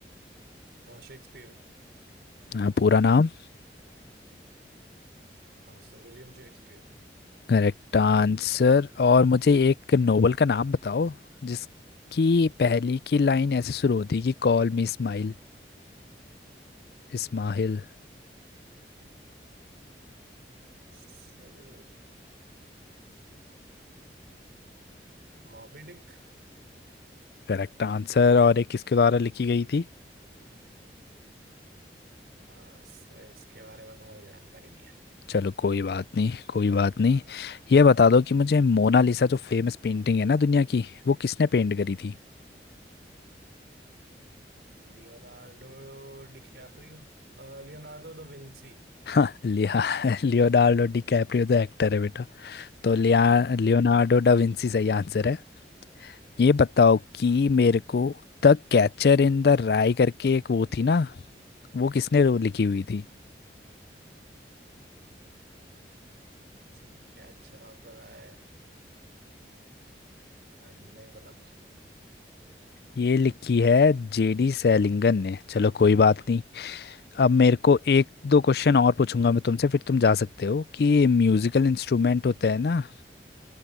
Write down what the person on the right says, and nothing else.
Shakespeare
Sir William Shakespeare
Sir Moby Dick
आ, स- इसके बारे में तो मुझे जानकारी नहीं है
Leonardo DiCaprio Leonardo da Vinci
Sorry
Sir catcher of the राय आ, नहीं पता सर